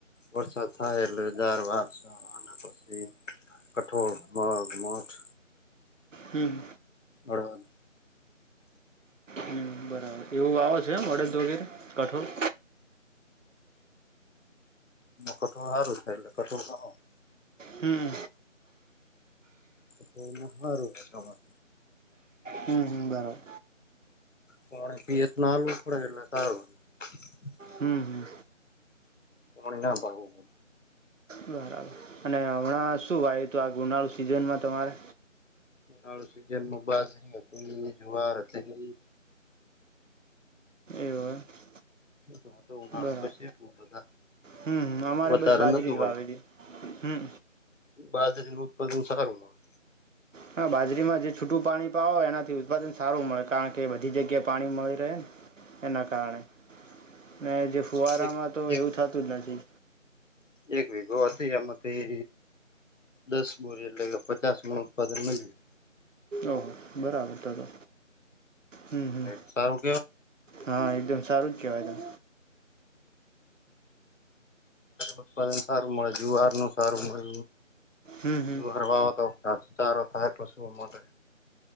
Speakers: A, on the left; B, on the right.
A: વરસાદ, થાય એટલે હજાર <unintelligible> વા અને પછી કઠોળ મઘ મઠ
B: હમ્મ
A: બરડ
B: હમ બરાબર એવું આવો છે એમ! અડદ વગેરે કઠોળ.
A: કઠોળ હારુ થાય એટલે કઠોળ ખાવાનું.
B: હમ
A: તો ‌એમા હારું છે તમાર..
B: હમ હમ બરાબર.
A: પોણે એતનાલું પડલા તાર <unintelligible>
B: હમ હમ
A: મન ના ભાવ.
B: બરાબર અને હમણાં શું વાયુ હતું આ ઉ <unintelligible> નાળુ સિઝનમાં તમારે
A: ઉનાળું સિઝન માં બાજરી હતી, જુવાર હતી
B: એવું એમ
A: તો હ ઉનાણુ,
B: બરાબર
A: પશે એટ બધા
B: હમ, અમારે
A: વધારે
B: બસ બાજરી
A: નતું
B: જ
A: વાયુ
B: વાવેલી હમ
A: બાજરી નુ ઉત્પાદન સારુ મળે
B: હા, બાજરીમાં જે છૂટું પાણી પાવો એનાથી ઉત્પાદન સારું મળે કારણ કે બધી જગ્યાએ પાણી મળી રહે ને એના કારણે ને જે ફુવારામાં
A: એક
B: તો
A: એક
B: એવું થતુ, જ નથી.
A: એક વિગો હતી, એમાંથી દસ, બોરી એટલે કે પચાસનુ ઉત્પાદન મળીય
B: ઓહ બરાબર, તો તો હમ, હમ
A: એટલે સારું
B: હા એકદમ સારું જ કેવાયદમ
A: ઉત્પાદન, સારુ મળે જુહરનું સારું મળે
B: હમ હમ
A: જુહર વાવ તો <unintelligible> હાર, થાય પશુ મનરે